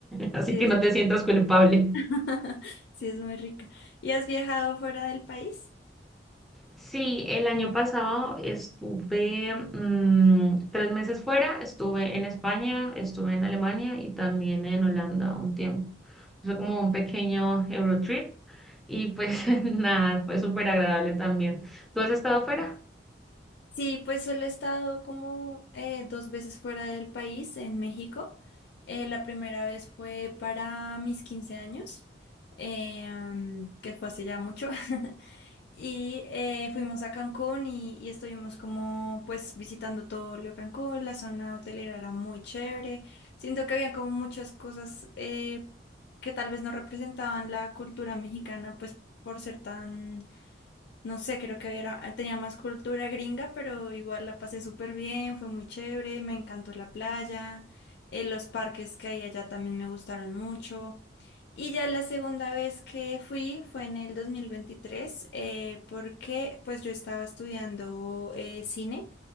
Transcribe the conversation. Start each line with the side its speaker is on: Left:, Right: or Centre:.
Centre: <laughs> Así
Left: sí
Centre: que
Left: es
Centre: no
Left: verdad.
Centre: te sientas culpable.
Left: <laughs> Sí es muy rica. ¿Y has viajado fuera del país?
Centre: Sí, el año pasado estuve mm, tres meses fuera, estuve en España, estuve en Alemania y también en Holanda un tiempo. Fue como un pequeño Eurotrip y pues <laughs> nada, fue súper agradable también. ¿Tú has estado fuera?
Left: Sí, pues solo he estado como eh, dos veces fuera del país, en México. Eh, la primera vez fue para mis 15 años, eh, mm, que fue hace ya mucho. <laughs> Y eh, fuimos a Cancún y, y estuvimos como pues visitando todo lo de Cancún. La zona hotelera era muy chévere. Siento que había como muchas cosas eh, que tal vez no representaban la cultura mexicana, pues por ser tan no sé, creo que era, tenía más cultura gringa, pero igual la pasé súper bien, fue muy chévere, me encantó la playa, eh, los parques que hay allá también me gustaron mucho. Y ya la segunda vez que fui fue en el 2023, eh, porque pues yo estaba estudiando eh, cine